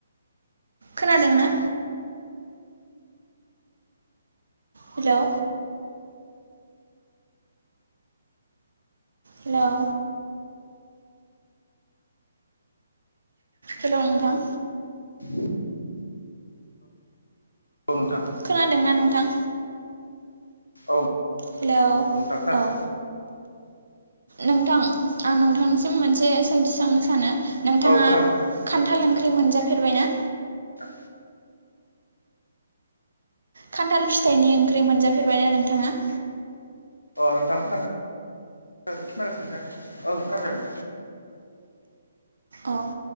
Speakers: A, on the right (about 70°); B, on the left (about 90°).
A: खोनादों ना हेलौ हेलौ हेलौ नोंथां
B: <inaudible> औ नोंथां
A: खोनादोंना नोंथां
B: औ
A: हेलौ
B: नोंथां खोनादों
A: औ नोंथां आं नोंथांनिसिम मोनसे सोंथि सोंनो सानो नोंथाङा
B: औ खोनाबाय
A: खान्थाल ओंख्रि मोनजाफेरबाय ना?
B: थां
A: खान्थाल फिथाइनि ओंख्रि मोनजाफेरबायना नोंथाङा?
B: अ नोंथां <unintelligible> खोनागासिनो दे आं ओं <unintelligible>
A: अ